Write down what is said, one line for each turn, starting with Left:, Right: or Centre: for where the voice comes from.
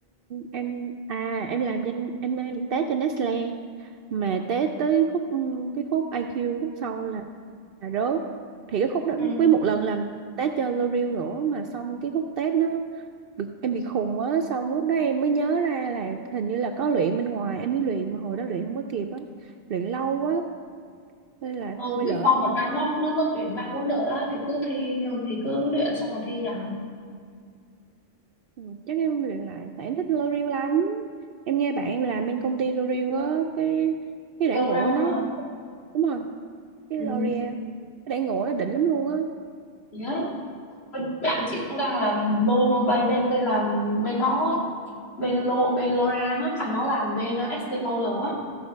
Right: em à em làm trên em em té trên Nestle mà té tới khúc cái khúc IQ khúc sau là, là rớt thì cái khúc đó
Left: ừ.
Right: với một lần làm té cho L'Oreal nữa mà xong cái khúc test nó bị, em bị khùng á xong lúc đó em mới nhớ ra là hình như là có luyện bên ngoài em mới luyện mà hồi đó luyện không có kịp á luyện lâu quá nên là
Left: Ờ,
Right: thôi
Left: Big
Right: lỡ
Left: Four một năm nó nó nó tuyển ba môn đợt á thì cứ thi thì cứ luyện xong rồi thi vào
Right: Ừ, chắc em luyện lại tại em thích L'Oreal lắm em nghe bạn em làm bên công ty L'Oreal á cái cái đãi
Left: lô
Right: ngộ
Left: rao
Right: nó
Left: á hả
Right: cũng đúng rồi cái
Left: ừ.
Right: L'Oreal cái đãi ngộ nó đỉnh lắm luôn á
Left: Thì đó Ôi, bạn chị cũng đang làm lô bay bên bên làm bên nó bên lô bên Lora nó mà nó làm bên uh, SC Lauder á